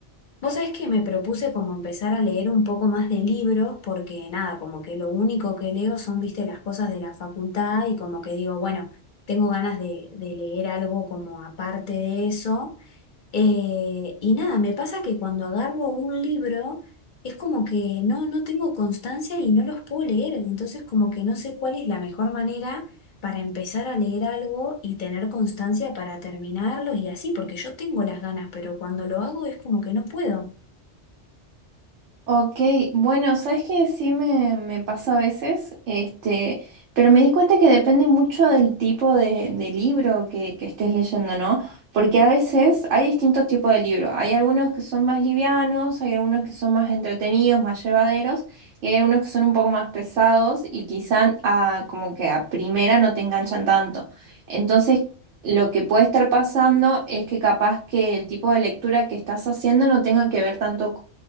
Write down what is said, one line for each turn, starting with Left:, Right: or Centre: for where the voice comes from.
Left: Vos sabés que me propuse como empezar a leer un poco más de libros porque, nada, como que lo único que leo son, viste, las cosas de la facultad y como que digo, bueno, tengo ganas de, de leer algo como aparte de eso. Eh, y nada, me pasa que cuando agarro un libro es como que no, no tengo constancia y no los puedo leer, entonces como que no sé cuál es la mejor manera para empezar a leer algo y tener constancia para terminarlos y así, porque yo tengo las ganas, pero cuando lo hago es como que no puedo.
Right: Ok, bueno, sabes que sí me, me pasa a veces, este, pero me di cuenta que depende mucho del tipo de, de libro que, que estés leyendo, ¿no? Porque a veces hay distintos tipos de libros. Hay algunos que son más livianos, hay algunos que son más entretenidos, más llevaderos, y hay algunos que son un poco más pesados y quizá a, como que a primera no te enganchan tanto. Entonces, lo que puede estar pasando es que capaz que el tipo de lectura que estás haciendo no tenga que ver tanto